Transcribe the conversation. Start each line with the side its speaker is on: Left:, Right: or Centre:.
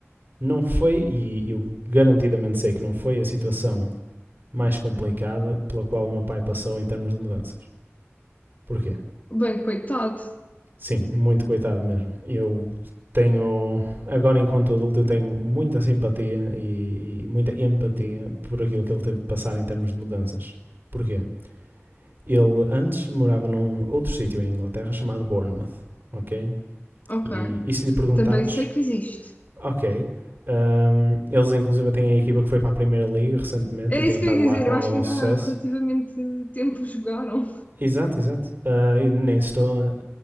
Right: não foi, e eu garantidamente sei que não foi, a situação mais complicada pela qual o meu pai passou em termos de mudanças. Porquê?
Left: Bem, coitado.
Right: Sim, muito coitado mesmo. Eu tenho, agora enquanto adulto, eu tenho muita simpatia e, e muita empatia por aquilo que ele teve de passar em termos de mudanças. Porquê? Ele antes morava num outro sítio em Inglaterra chamado Bournemouth, ok?
Left: Ok.
Right: E, e se lhe perguntares,
Left: Também sei que existe.
Right: ok, um, eles inclusive têm a equipa que foi para a Primeira Liga recentemente
Left: É
Right: e têm
Left: isso
Right: estado
Left: que eu ia
Right: lá
Left: dizer,
Right: com
Left: eu
Right: algum
Left: acho que ainda
Right: sucesso.
Left: há relativamente tempo jogaram.
Right: Exato, exato. Uh, e nem estou a,